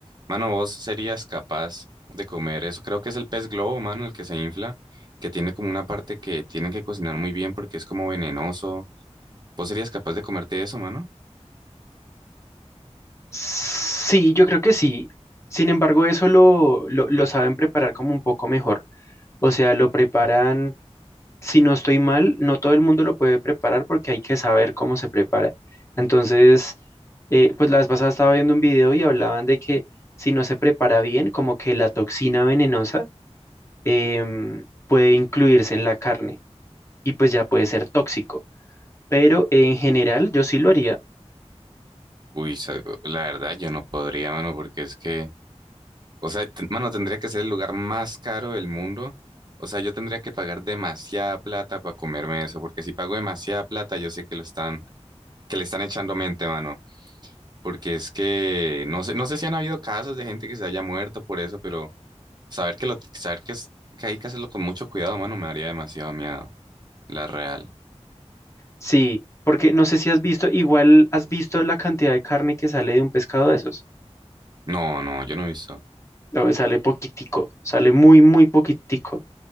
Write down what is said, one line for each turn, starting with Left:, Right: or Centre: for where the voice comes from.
Right: Mano, vos serías capaz de comer eso. Creo que es el pez globo, mano, el que se infla, que tiene como una parte que tienen que cocinar muy bien porque es como venenoso. ¿Vos serías capaz de comerte eso, mano?
Left: Sí, yo creo que sí. Sin embargo, eso lo, lo, lo saben preparar como un poco mejor. O sea, lo preparan si no estoy mal, no todo el mundo lo puede preparar porque hay que saber cómo se prepara. Entonces, eh, pues la vez pasada estaba viendo un video y hablaban de que si no se prepara bien, como que la toxina venenosa em, puede incluirse en la carne y pues ya puede ser tóxico. Pero en general yo sí lo haría,
Right: Uy, sa- la verdad, yo no podría, mano, porque es que. O sea, ten- mano, tendría que ser el lugar más caro del mundo. O sea, yo tendría que pagar demasiada plata para comerme eso, porque si pago demasiada plata, yo sé que lo están, que le están echando mente, mano. Porque es que no sé, no sé si han habido casos de gente que se haya muerto por eso, pero saber que lo, saber que, es- que hay que hacerlo con mucho cuidado, mano, me daría demasiado miedo. La real.
Left: sí, porque no sé si has visto, igual has visto la cantidad de carne que sale de un pescado de esos.
Right: No, no, yo no he visto.
Left: A ver, Sale poquitico, sale muy, muy poquitico.